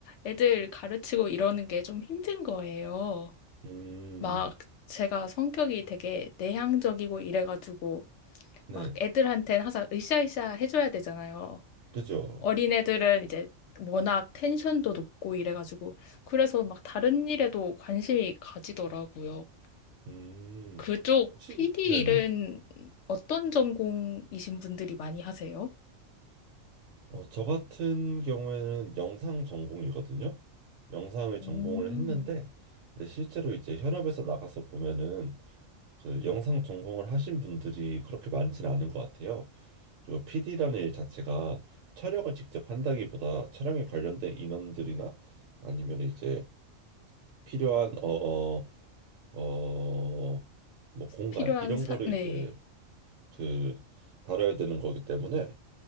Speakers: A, on the left; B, on the right.
A: 애들 가르치고 이러는 게 좀 힘든 거예요.
B: 음,
A: 막 제가 성격이 되게 내향적이고 이래가지고
B: 네,
A: 막 애들한테는 항상 으쌰으쌰 해줘야 되잖아요.
B: 그죠.
A: 어린애들은 이제 워낙 텐션도 높고 이래가지고 그래서 막 다른 일에도 관심이 가지더라고요.
B: 음,
A: 그쪽
B: 혹시,
A: PD
B: 네네.
A: 일은 어떤 전공이신 분들이 많이 하세요?
B: 어, 저 같은 경우에는 영상 전공이거든요. 영상을
A: 음,
B: 전공을 했는데, 근데 실제로 이제 현업에서 나가서 보면은 그 영상 전공을 하신 분들이 그렇게 많지는 않은 것 같아요. 그리고 PD라는 일 자체가 촬영을 직접 한다기보다 촬영에 관련된 인원들이나 아니면 이제 필요한 어 어 어 뭐 공간
A: 필요한
B: 이런
A: 사,
B: 거를
A: 네.
B: 이제 그 다뤄야 되는 거기 때문에